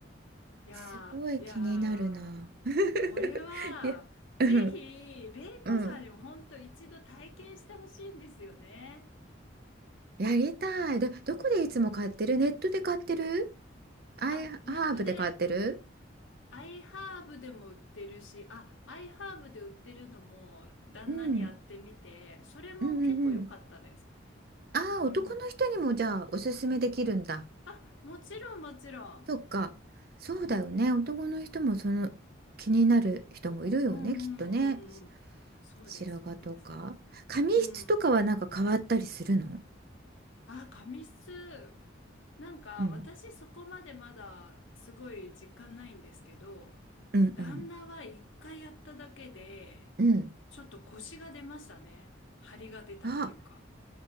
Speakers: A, on the left (about 80°); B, on the right (about 50°).
A: いやー、
B: すごい気になるな。
A: いやー、
B: <laughs>
A: これは、
B: いや、
A: ぜひ、
B: うん
A: れいこさんにも本当一度体験してほしいんですよね。
B: うん。やりたい。ど、どこでいつも買ってるネットで買ってるアイハーブで買ってる
A: あ、ネットで、アイハーブでも売ってるし、あ、アイハーブで売ってるのも、旦那にやってみて、
B: うん。
A: それも結構良かったです。
B: うんうんうん。ああ、男の人にもじゃあおすすめできるんだ。
A: うん。あ、もちろん、もちろん。
B: そっか。そうだよね。
A: うんうん。
B: 男の人もその気になる人もいるよね、
A: うんうんうんうんうん。
B: きっとね。
A: そうです、
B: 白髪とか。
A: そうです。
B: 髪質とかはなんか変わったりするの
A: うん。あ、紙質。なんか私そこまでまだすごい実感ないんですけど、
B: うん。うんうん。
A: 旦那は一回やっただけで、
B: うん。
A: ちょっと腰が出ましたね。張りが出たっていうか。
B: あ、